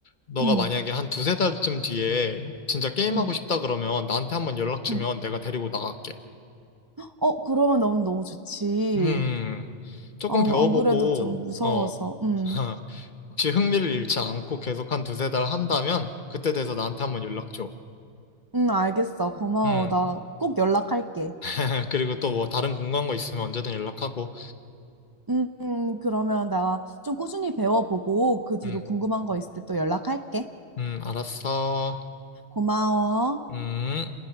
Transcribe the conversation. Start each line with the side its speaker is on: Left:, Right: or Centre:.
Left: 너가
Right: 응,
Left: 만약에 한 두세 달쯤 뒤에 진짜 게임하고
Right: 응,
Left: 싶다 그러면 나한테 한번 연락 주면
Right: 응.
Left: 내가 데리고 나갈게.
Right: 어, 그러면 너무 너무 좋지.
Left: 음, 조금
Right: 어,
Left: 배워보고,
Right: 안 그래도 좀 무서워서.
Left: 어,
Right: 응,
Left: <laughs> 혹시 흥미를 잃지 않고 계속 한 두세 달 한다면, 그때 돼서 나한테 한번 연락 줘.
Right: 응, 알겠어. 고마워.
Left: 음,
Right: 나 꼭 연락할게.
Left: <laughs> 그리고 또 뭐 다른 궁금한 거 있으면 언제든 연락하고,
Right: 응, 응, 그러면 나 좀 꾸준히 배워보고 그 뒤로
Left: 음,
Right: 궁금한 거 있을 때 또 연락할게.
Left: 음, 알았어.
Right: 고마워.
Left: 음.